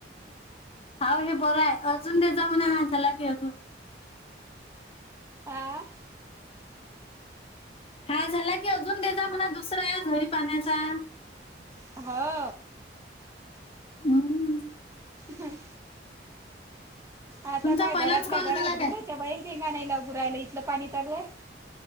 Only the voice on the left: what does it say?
हाव हे बरं आहे अजून ते, जाऊ ना ह झाला की अजून.
हा झाला की अजून देजा म्हणा, दुसरा या झडी पाण्याचा.
हम्म.
तुमचा
पहिलाच
कॉल
झाला
काय